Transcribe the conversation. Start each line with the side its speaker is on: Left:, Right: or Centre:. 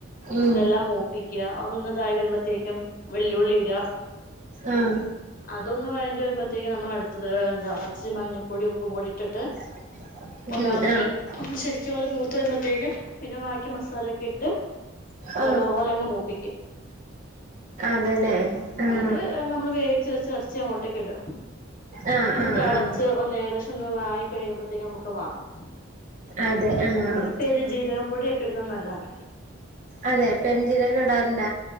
Right: ഉം
Left: ഇതെല്ലാം മൂക്ക് പ്പിക്ക്യ ഒന്നതായി വരുമ്പോഴത്തേക്കും വെല്ലുളി ഇട
Right: ആഹ്
Left: അതൊന്ന് വേണ്ടി വരുമ്പോഴത്തേക്കും നമ്മൾടുത്തത് എന്താ അരച്ച മഞ്ഞപ്പൊടി ഉപ്പും കൂടി ഇട്ടിട്ട്
Right: <inaudible>
Left: ഒന്ന് എളക്കി
Right: ആഹ്
Left: അ പ്പ ശരിക്കും പോലെ മൂ... ത്ത്‌ വരുമ്പോഴത്തേക്കും പിന്നെ ബാക്കി മസാലൊക്കെ ഇട്ട്
Right: ആഹ്
Left: നല്ലോ. ഇന്നട്ട് അങ്മൂപ്പിക്കും
Right: ഇതല്ലെ ആഹ്
Left: ട്ട് മ്മള് വേവിച്ച് വെച്ച എറച്ചി അങ്ങോട്ടേക്ക് ഇട
Right: ആഹ്
Left: ന്ന്
Right: ആഹ്
Left: തെളച്ച്
Right: ആഹ്
Left: ഒന്ന് ഏകദേശംന്ന് വായി കഴിയുമ്പത്തേക്ക് ഞമ്മക്ക് വാങ്ങാ
Right: അതെ ആഹ്
Left: എ പെരു ജീരകം പൊടിയൊക്കെടുന്നത് നല്ല ആണ്!
Right: അതെ പെരിഞ്ചീരഇ ടാറ്ല്ല